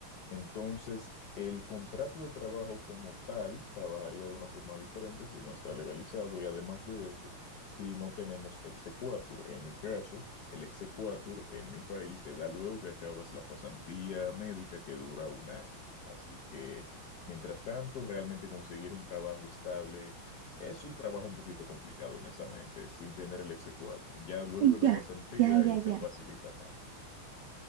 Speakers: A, on the left (about 65°); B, on the right (about 75°).
A: Entonces, el contrato de trabajo como tal trabajaría de una forma diferente si no está legalizado y además de eso, si no tenemos exequatur. En mi caso, el exequatur en mi país se da luego que acabas la pasantía médica que dura un año. Así que, mientras tanto, realmente conseguir un trabajo estable es un trabajo un poquito complicado, honestamente, sin tener el exequatur. Ya luego de la
B: Ya,
A: pasantía
B: ya, ya,
A: ahí se
B: ya.
A: facilita más.